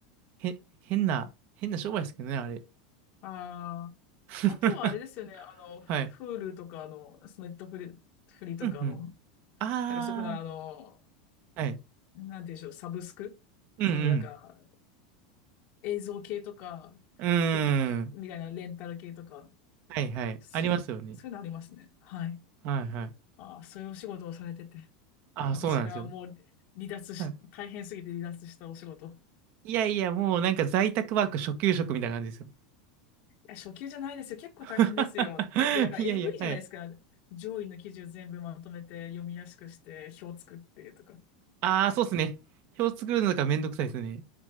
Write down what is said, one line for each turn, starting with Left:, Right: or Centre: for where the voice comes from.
Right: へ、変な、変な商売ですけどね、あれ。
Left: あ
Right: <laughs>
Left: あ、あとはあれですよね、あの、フ
Right: はい。
Left: Hulu とかの、そのネットフリ、フリとかの、
Right: うんうん。あ
Left: なんかそういうふうな、あの、
Right: あ、はい。
Left: なんていうんでしょう、サブスクそのなんか、
Right: うん
Left: 映像系とか、
Right: うん。うーん。
Left: 服みたいなレンタル系とか、
Right: はいはい。
Left: そう、
Right: ありますよね。
Left: そういうのありますね。はい。
Right: はいはい。
Left: ああ、そういうお仕事をされてて。
Right: あ、
Left: 私がもう離脱し、
Right: そうなんですよ。はい。
Left: 大変すぎて離脱したお仕事。い
Right: いやいや、もうなんか在宅ワーク初級職みたいな感じですよ。
Left: や、初級じゃないですよ。結構大変ですよ。
Right: <laughs>
Left: だってなんかえぐいじゃないですか。
Right: いやいや、はい。
Left: 上位の記事を全部まとめて読みやすくして表作ってとか。
Right: ああ、そうっすね。表作るのがめんどくさいですね。